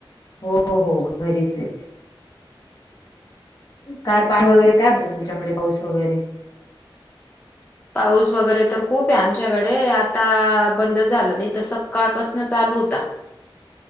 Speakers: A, on the left; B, on the left.
A: हो हो घरीच आहे काय पाणी वगैरे काय होतं तुमच्याकडे पाऊस वगैरे
B: पाऊस वगैरे तर खूप आहे आमच्याकडे आता बंद झालं नाही तर सकाळपासन चालू होता